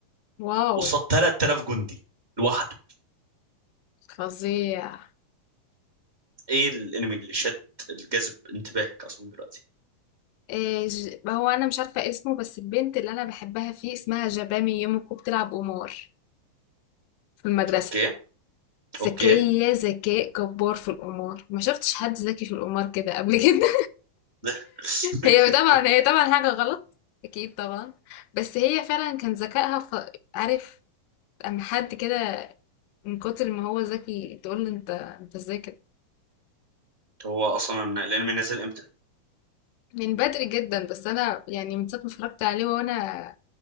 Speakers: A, on the left; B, on the right.
A: واو
B: قصاد 3000 جندي لوحده
A: فظيع
B: ايه الانمي اللي شد الجذب انتباهك اصلا دلوقتي
A: إيه ج... هو انا مش عارفه اسمه بس البنت اللي انا بحبها فيه اسمها جبامي يوميكو بتلعب قمار في المدرسه
B: اوكي اوكي
A: ذكيه ذكاء جبار في القمار ما شفتش حد ذكي في القمار كده قبل كده
B: <laughs>
A: هي طبعا هي طبعا حاجة غلط أكيد طبعا بس هي فعلا كان ذكائها ف... عارف أما حد كده من كتر ما هو ذكي تقول له أنت أنت إزاي كده
B: هو اصلا الانمي نزل امتى
A: من بدري جدا بس أنا يعني من ساعة ما اتفرجت عليه وأنا